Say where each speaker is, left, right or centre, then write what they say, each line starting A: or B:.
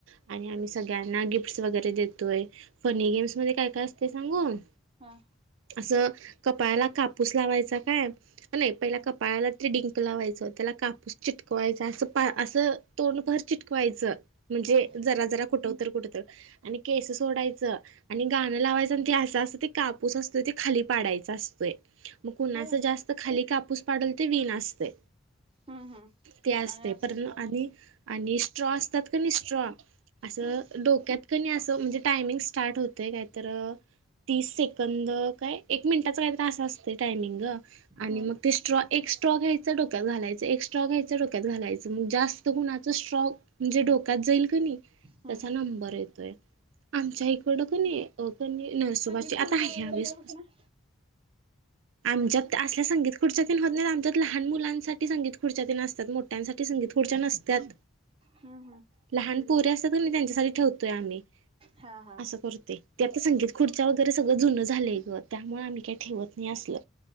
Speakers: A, on the right (about 80°); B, on the right (about 30°).
A: आणि आम्ही सगळ्यांना गिफ्टस वगैरे देतोय फनी गेम्स मध्ये काय-काय असते सांगून
B: हां.
A: असं कपाळायेला कापूस लावायचा काय नाही पहिला
B: हा
A: कपाळाला ते डिंक लावायचं त्याला कापूस चिटकवायचा असं पा असं तोंडभर चिटकवायचं. म्हणजे
B: हम्म
A: जरा-जरा कुठं तर कुठं तर आणि केस सोडायचं. आणि गाणं लावायचं आणि ते असं असते कापूस असतोय ते खाली पाडायचा असतोय मग को
B: होय
A: च जास्त खाली कापूस पाडल ते विना असतय.
B: हम्म हम्म
A: ते असते
B: आणि असं
A: पर आणि आणि स्ट्रॉ असतात का नाही स्ट्रॉ असं
B: हम्म
A: डोक्यात क नी असं म्हणजे टायमिंग स्टार्ट होतय काय तर तीस सेकंद काय एक मिनटाचा काही तर असा असतोय टायमिंग आणि
B: हम्म
A: मग ते स्ट्रॉ एक स्ट्रॉ घ्यायचं डोक्यात घालायच, एक स्ट्रॉ घ्यायचं डोक्यात घालायचं मग जास्त कुणाचं स्ट्रॉ. म्हणजे डोक्यात जाईल क नी त्याचा
B: हम्म हम्म
A: नंबर येतोय आमच्या इकडं क नी अ क नी नरसोबाची
B: संगीत खुर्च्या
A: आता ह्या
B: वगैरे
A: वेळेस
B: काय होत नाही
A: आमच्यात ते असल्या संगीत खुर्च्यातेन होत नाहीत आमच्या लहान मुलांसाठी संगीत खुर्च्या तेन असत्यात मोठ्यांसाठी संगीत खुडच्या नसत्यात. ह
B: हां हां.
A: लहान पोरे असतात क नी त्यांच्यासाठी ठेवतोय आम्ही
B: हा हा
A: असं करते. ते आता संगीत खुर्च्या वगैरे सगळं जुन झालंय गं त्यामुळे आम्ही काही ठेवत नाही असलं.